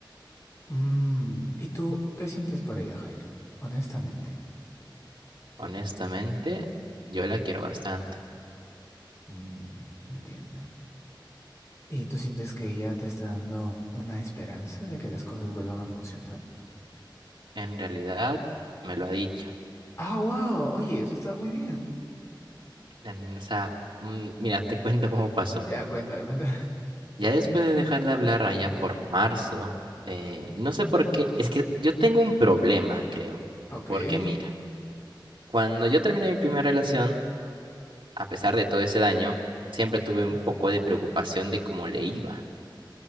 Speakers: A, on the left; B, on the right.
A: Mm, ¿y tú qué sientes por ella, Jairo? Honestamente.
B: Honestamente, yo la quiero bastante.
A: Mm, entiendo. ¿Y tú sientes que ella te está dando una esperanza de que las cosas vuelvan a funcionar?
B: En realidad, me lo ha dicho.
A: Ah, wow. Oye, eso está muy bien.
B: En- o sea, mm, mira, te cuento cómo pasó.
A: Ya, cuéntame, cuéntame. <laughs>
B: Ya después de dejar de hablar allá por marzo, eh, no sé por qué, es que yo tengo un problema, creo,
A: Ok.
B: porque mira, cuando yo terminé mi primera relación, a pesar de todo ese daño, siempre tuve un
A: Ujú.
B: poco de preocupación de cómo le iba.